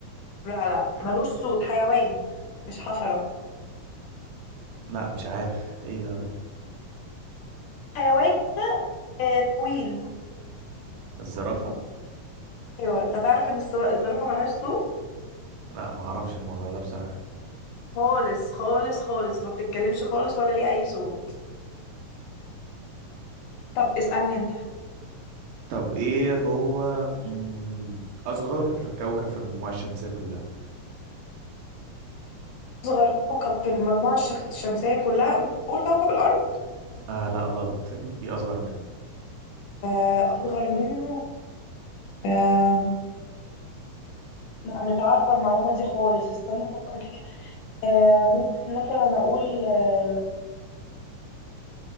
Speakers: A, on the left; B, on the right.
A: لا لا ملوش صوت حيوان مش حشره
B: لا مش عارف ايه ده
A: حيوان آه طويل
B: الزرافة
A: ايوه انت تعرف ان الصرا- الزرافه ملهاش صوت
B: لا ما اعرفش الموضوع ده بصراحة
A: خالص خالص خالص ما بتتكلمش خالص ولا ليها اي صوت طب اسألني انت
B: طب ايه هو مم، اصغر كوكب في المجموعة الشمسية كلها
A: أصغر كوكب في المجموعة الشخ- الشمسية كلها ممكن أقول كوكب الأرض
B: آه لا غلط في اصغر منه
A: آه، أصغر منه آه، لا مش عارفة المعلومة دي خالص استنى أفكر كده آه، ممكن مثلا أقول آه،